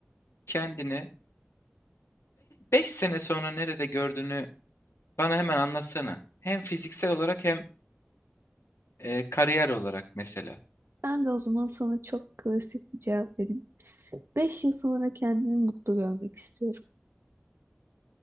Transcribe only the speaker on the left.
Kendini 5 sene sonra nerede gördüğünü bana hemen anlatsana. Hem fiziksel olarak hem e, kariyer olarak mesela.